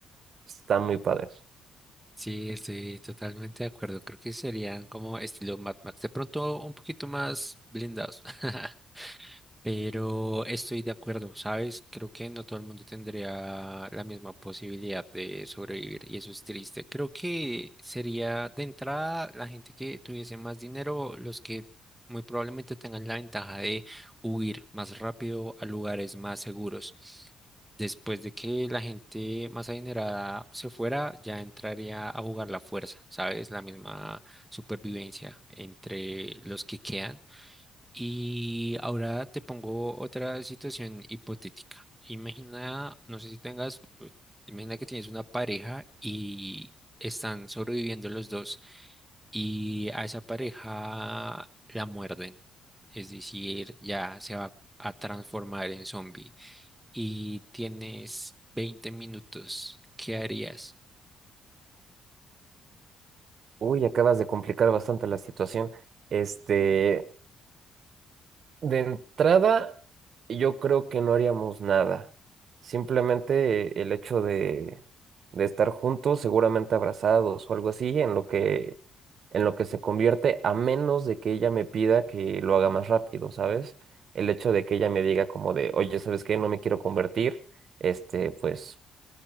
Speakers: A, on the right; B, in the centre.
A: Están muy padres.
B: sí, estoy totalmente de acuerdo. Creo que serían como estilo Mad Max, de pronto un poquito más blindados. <laughs> Pero estoy de acuerdo, ¿sabes? Creo que no todo el mundo tendría la misma posibilidad de sobrevivir y eso es triste. Creo que sería de entrada la gente que tuviese más dinero, los que muy probablemente tengan la ventaja de huir más rápido a lugares más seguros. Después de que la gente más adinerada se fuera, ya entraría a jugar la fuerza, ¿sabes? La misma supervivencia entre los que quedan. Y ahora te pongo otra situación hipotética. Imagina, no sé si tengas, eh, imagina que tienes una pareja y están sobreviviendo los dos y a esa pareja la muerden. Es decir, ya se va a transformar en zombie y tienes 20 minutos. ¿Qué harías?
A: Uy, acabas de complicar bastante la situación. Este, de entrada, yo creo que no haríamos nada. Simplemente el hecho de, de estar juntos, seguramente abrazados o algo así, en lo que, en lo que se convierte, a menos de que ella me pida que lo haga más rápido, ¿sabes? El hecho de que ella me diga como de, oye, ¿sabes qué? No me quiero convertir. Este, pues